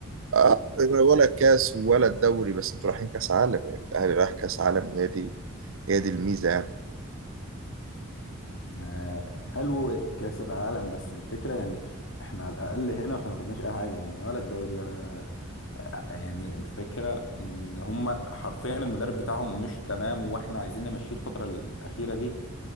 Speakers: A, on the right; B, on the left.
A: اه ولا الكاس ولا الدوري بس انتوا رايحين كاس عالم يعني الاهلي رايح كاس عالم هي دي هي دي الميزة يعني
B: آه، حلو كأس العالم بس الفكرة يعني احنا على الأقل هنا واحنا ما خدناش أي حاجة يعني ولا الدوري ولا آه، يعني الفكرة إن هما حرفيا المدرب بتاعهم مش تمام واحنا عايزين نمشيه الفترة الأخيرة دي